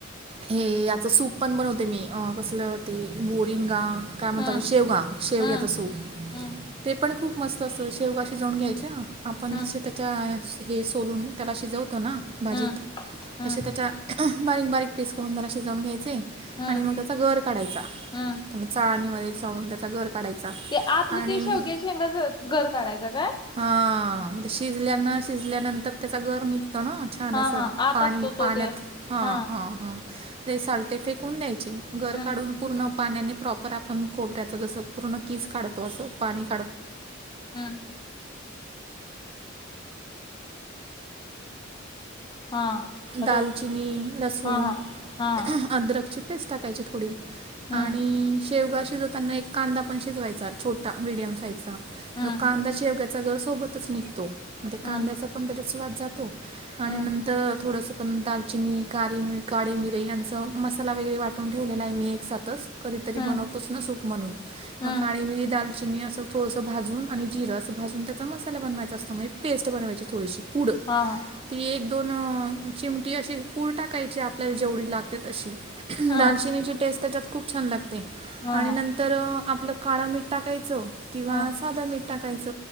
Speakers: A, on the right; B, on the left.
A: हे याच सूप पण बनवते मी अ कसलं ते मोरिंगा काय म्हणता
B: हम्म
A: बा, शेवगा शेवग्याचा
B: हम्म
A: सूप.
B: हम्म
A: ते पण खूप मस्त असत, शेवगा शिजवून घ्यायच्या आपण
B: हम्म
A: जसे, च्या हे सोलून त्याला शिजवतो ना भाजीत
B: हम्म हम्म
A: तशे त्याच्या बारीक बारीक पीस करून त्याला शिजवून घ्यायचे
B: हम्म
A: आणि मग त्याचा गर काढायचा,
B: हम्म
A: मग चाळून त्याचा गर काढायचा
B: ते आतलं
A: आणि
B: ते शेवग्ये शेंगाच गर काढायचं काय?
A: हां.. म्हणजे शिजल्या न शिजल्यानंतर त्याचा गर निघतो ना. छान
B: हा
A: असं
B: हा आत
A: पाणी
B: असतो
A: पाण्यात
B: तो ते
A: हां
B: हा
A: हां हां. ते सालतेे फेकून द्यायचे. गर
B: हम्म
A: काढून पूर्ण पाण्याने प्रॉपर आपण खोबऱ्याच, जसं पूर्ण किस काढतो असं पाणी काढून.
B: हम्म हा. हॅलो
A: दालचिनी लसूण,
B: हा हा हा
A: अदरकची पेस्ट टाकायची थोडी.
B: हम्म
A: आणि शेवगा शिजवताना, एक कांदा पण शिजवायचा छोटा मीडियम साईजचा.
B: हम्म
A: मग कांदा शेवग्याचा गर सोबतच निघतो, मग कांद्याचा
B: हम्म
A: पण त्याच्यात स्वाद जातो. आणि
B: हम्म
A: नंत थोडंसं पण दालचिनी काळे मिठ काळे मिरे यांचं मसाला वगैरे वाटून ठेवलेला आहे मी एकसातच. कधीतरी
B: हम्म
A: बनवतोच ना सूप म्हणून
B: हम्म
A: मग काळी मिरी दालचिनी असं थोडंसं भाजून आणि जीर अस भाजून त्याचा, मसाला बनवायचा असतो म्हणजे पेस्ट बनवाय थोडीशी पुढं.
B: हां हां.
A: ती एक दोन चिमटी अशी पूड टाकायची, आपल्याला जेवढी लागते तशी.
B: हा
A: दालचिनीची टेस्ट त्यात, खूप छान लागते
B: हा
A: आणि नंतर. तर आपलं काळं मीठ टाकायचं किंवा
B: हा
A: साधं मीठ टाकायच.